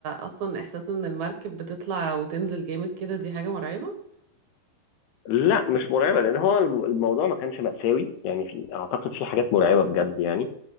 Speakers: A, on the right; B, on the left.
A: أصلا إحساس إن المركب بتطلع وتنزل جامد كده دي حاجة مرعبة؟
B: لا مش مرعبه لان هو الم- الموضوع ما كانش مأساوي يعني في اعتقد في حاجات مرعبه بجد يعني